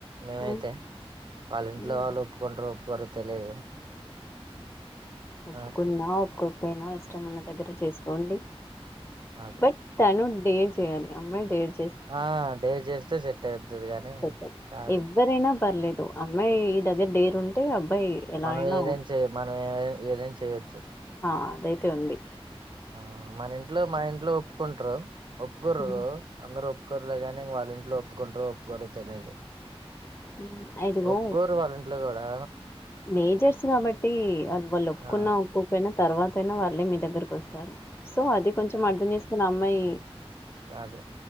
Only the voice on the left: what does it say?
ఉమ్,
ఉమ్,
ఒప్పుకున్నా
ఒకోకపోయినా ఇష్టం ఉన్న దగ్గర చేసుకోండి
బట్ తను డేట్ చేయాలి అమ్మాయి డేట్
సెట్
ఎవ్వరైనా పర్లేదు అమ్మాయి దగ్గర డేరు ఉంటే అబ్బాయి ఎలా
అయినా
ఆ అదైతే ఉంది
ఉమ్,
ఉమ్, ఇదిగో
మేజర్స్ కాబట్టి వ వాళ్ళు ఒప్పుకున్న
ఒప్పుకపోయినా తర్వాత యినా వాళ్ళే మీ దగ్గరకు వస్తారు సో అది కొంచెం అర్థం చేసుకున్న అమ్మాయి